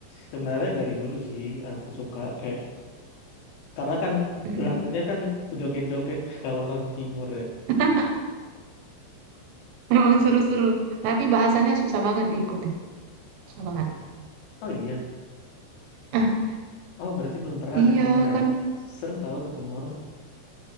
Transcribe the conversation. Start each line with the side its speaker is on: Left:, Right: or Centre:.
Left: sebenarnya dari dulu sih aku suka kayak karena kan
Right: Mm-mm.
Left: lagunya kan joget-joget <laughs> kalau orang timur ya
Right: <laughs> Emang seru-seru. Tapi bahasannya susah banget diikuti. Susah banget.
Left: oh iya
Right: Ah,
Left: oh berarti belum pernah
Right: iya
Left: ke timur ya
Right: kan.
Left: seru tahu ke timur